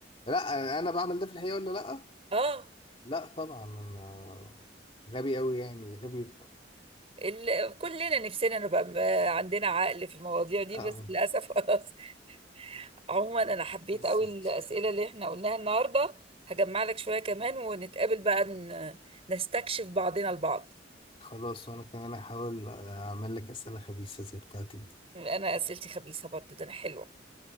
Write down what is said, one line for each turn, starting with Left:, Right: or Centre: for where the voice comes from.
Left: لا انا بعمل ده في الحقيقه ولا لا
Right: اه
Left: لا طبعا انا غبي قوي يعني غبي
Right: ال... كلنا نفسنا نبقى م- عندنا عقل في المواضيع دي
Left: اه
Right: بس للأسف <laughs> عموما انا حبيت
Left: بالظبط
Right: قوي الاسئله اللي احنا قلناها النهارده هجمع لك شويه كمان ونتقابل بقى ن- نستكشف بعضنا البعض
Left: خلاص وانا كمان هحاول اعمل لك اسئله خبيثه زي بتاعتي
Right: انا اسئلتي خبيثه برضو ده انا حلوه